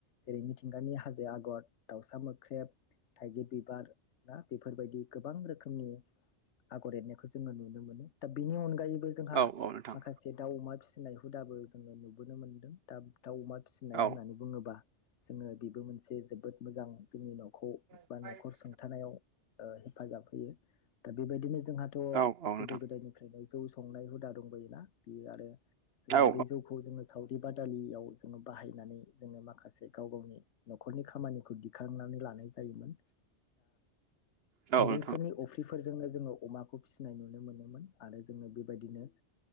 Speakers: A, on the left; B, on the right.
A: जेरै मिथिंगानि हाजो आगर दाउसा मोख्रेब थाइगिर बिबार ना बेफोर बायदि गोबां रोखो मनि आगर एरनायखौ जोङो नुनो मोनो दा बिनि अनगायैबो जोंहा
B: औ औ नोंथां
A: माखासे जे दाउ अमा फिसिनाय हुदाबो जोङो नुबोनो मोनदों दा दाउ अमा फिसिनाय
B: औ
A: होननानै बुङोबा। जोङो बेबो मोनसे जोबोद मोजां जोंनि न' न बा
B: औ
A: न'खर सोंथानायाव हेफाजाब होयो। दा बेबायदिनो जोंहाथ'
B: औ नोंथां औ औ औ
A: गोदो
B: नोंथां
A: गोदायनिफ्रायनो जौ संनाय हुदा दंबोयोना बियो आरो। जोंहा
B: औ
A: बे जौखौ जोङो सावरि बादालियाव जोङो बाहायनानै जोङो माखासे गाव गावनि न'खरनि खामानिखौ दिखांनानै लानाय जायोमोन।
B: औ नोंथां
A: बैफोरनि अफ्रिफोरजोंनो जोङो अमाखौ फिसिनाय नुनो मोनोमोन आरो जोङो बे बायदिनो